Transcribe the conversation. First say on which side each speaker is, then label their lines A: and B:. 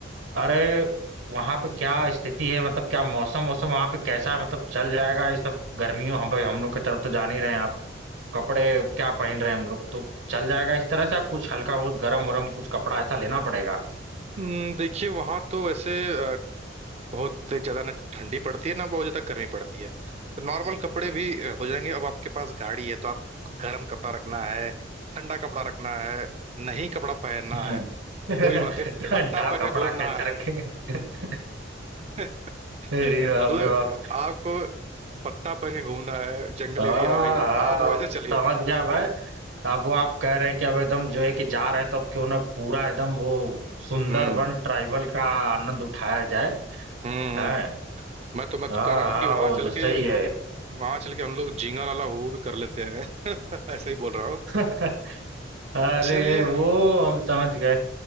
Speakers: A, on the right; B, on the right.
A: अरे वहां पे क्या स्थिति है मतलब क्या मौसम मौसम वहां पे कैसा है मतलब चल जाएगा ये सब गर्मियों हम भाई हम लोग की तरफ तो जान ही रहे हैं आप कपड़े क्या पहन रहे हैं हम लोग तो चल जाएगा इस तरह से कुछ हल्का बहुत गर्म वरम कुछ कपड़ा ऐसा लेना पड़ेगा
B: हम्म, देखिए वहाँ तो वैसे अ, बहुत ज़्यादा ना ठंडी पड़ती है ना बहुत ज़्यादा गर्मी पड़ती है तो नॉर्मल कपड़े भी अ, हो जाएंगे अब आपके पास गाड़ी है तो आप गर्म कपड़ा रखना है ठंडा कपड़ा रखना है नहीं कपड़ा पहनना
A: हम्म
B: है
A: <laughs>
B: कोई बात नहीं
A: ठंडा
B: पत्ता पहन
A: कपड़ा
B: के घूमना
A: कैसे
B: है
A: रखेंगे <laughs>
B: <laughs>
A: अरे बाप
B: मतलब
A: रे बाप
B: आपको पत्ता पहन के घूमना है जंगल
A: हाँ
B: एरिया है भाई आप
A: हाँ,
B: वैसे
A: समझ
B: चलिए
A: गया मैं अब वो आप कह रहे हैं कि अब एकदम जो है कि जा रहे हैं तो अब क्यों ना पूरा एकदम वो सुंदरबन
B: हम्म हम्म
A: ट्राइबल का आनंद उठाया जाए
B: हम्म।
A: है
B: मैं तो मैं तो
A: हाँ
B: कह रहा हूँ
A: हाँ
B: कि वहां
A: वो
B: चल
A: तो सही
B: के
A: है
B: वहां चल के हम लोग झींगा लाला हू भी कर लेते हैं <laughs> ऐसा ही बोल रहा हूँ
A: <laughs> अरे
B: चलिए
A: वो हम समझ गए